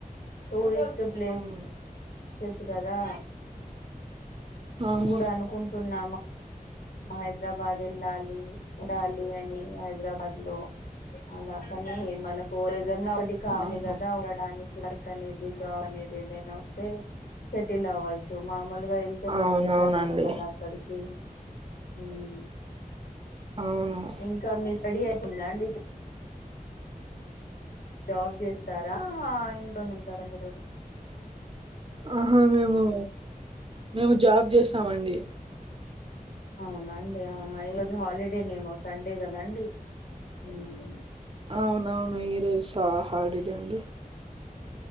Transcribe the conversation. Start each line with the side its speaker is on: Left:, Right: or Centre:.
Left: Tourist place.
Right: ఆ
Left: వచ్చేసి కదా
Right: అవును
Left: కూడా అనుకుంటున్నామ. హైదరాబాద్ వెళ్ళాలి ఉడాలి అని హైదరాబాద్ లో. అలా కనీ మనకు ఏదన్నా ఒటి కావ్లి
Right: ఆహా
Left: గదా ఉండడానిక్ వర్క్ అనేది జావ్ అనేది ఏదైనా ఉంటే సెటిల్ అవ్వచ్చు మామూలుగా వెళ్తే మనం
Right: అవునవునండి
Left: ఉండలేము గదా అక్కడికి. ఉమ్
Right: అవును.
Left: ఇంకా మీ స్టడీ అయిపొయిందాండి? జె జాబ్ జేస్తారా ఇంట్లోనె ఉంటారా మీరు?
Right: ఆహా మేమూ మేము జాబ్ జేస్తామండి.
Left: అవునండి ఆహా ఈరోజు హాలిడేనేమో సండే గదాండి! ఉమ్
Right: అవునవును ఈరోజు హా హాడిడే అండి.